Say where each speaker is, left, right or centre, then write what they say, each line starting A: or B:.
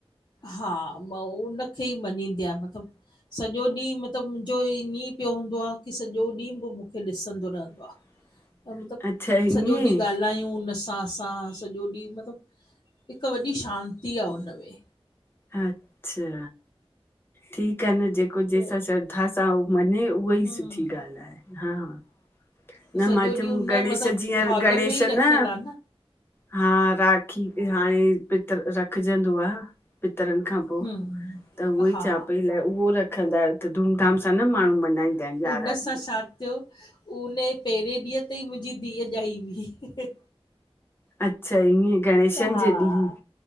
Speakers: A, on the left (about 50°); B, on the left (about 20°).
A: हा मां उनखें ही मञींदी आहियां मतिलबु सॼो ॾींहुं मतिलबु मुंहिंजो ईअं पियो हूंदो आ, की सॼो ॾींहुं बि मूंखे ॾिसंदो रहंदो
B: <inaudible>
A: आ। मतिलबु
B: अच्छा ईअं
A: सॼो ॾींहुं ॻाल्हायूं हुन सां हा सॼो ॾींहुं मतिलबु हिक वॾी शांती आ हुनमें।
B: अच्छा! ठीकु आ न जेको जंहिंसां
A: त
B: श्रद्धा सां उहो मञे उ उहा ई
A: हम्म,
B: सुठी ॻाल्हि आहे। हा न
A: त सॼो
B: मां चयमूं
A: ॾींहुं उन
B: गणेश
A: मतिलबु
B: जीअं
A: हॉल
B: गणेश
A: में ई रखियल
B: न
A: आ
B: हा राखी ते हाणे पितर रखजंदो आ पितरनि खां पो
A: हम्म,
B: त उहो
A: हा,
B: ई चवां पई अलाइ उहो रखंदा आहियो। त धूमधाम सां न माण्हू मनाईंदा आहिनि यारहां
A: उन
B: ॾींहुं।
A: सां छा थियो? उन पहिरें ॾींहुं ते ही मुंहिंजी धीअ ॼाई हुई।
B: अच्छा ईअं गणेशन
A: हा
B: जे ॾींहुं